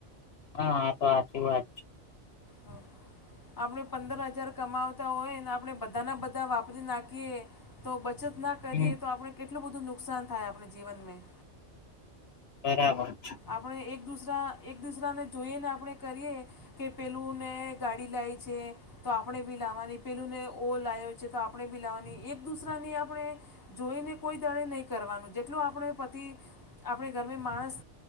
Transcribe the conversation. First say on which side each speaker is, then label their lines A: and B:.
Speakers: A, on the left; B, on the left.
A: હા હા આતો સાચી વાત છે.
B: હ આપણે પંદર હજાર કમાવતા હોય ને આપણે બધાના બધા વાપરી નાખીએ તો બચત ના કરીએ
A: હમ
B: તો આપણે કેટલું બધું નુકસાન થાય આપણે જીવનમાં
A: બરાબર
B: આપણે એક દુસરા એક દુસરાને જોઈએ ને આપણે કરીએ કે પેલું ને ગાડી લાયી છે. તો આપણે બી લાવવાની પેલુંને ઓ લાવ્યો છે તો આપણે બી લાવવાની એક દુસરાની આપણે જોઈને કોઈ દાળે નહીં કરવાનું જેટલું આપણે પતિ આપણે ઘરમે માણસ